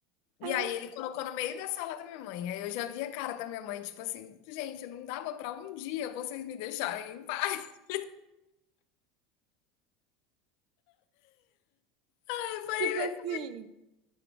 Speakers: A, on the right (about 60°); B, on the left (about 65°).
A: <laughs>
B: E
A: ah,
B: aí ele colocou no meio da sala da minha mãe. Aí eu já vi a cara da minha mãe, tipo assim, gente, não dava para um dia vocês me deixarem em paz. <laughs> Eu falei,
A: tipo assim.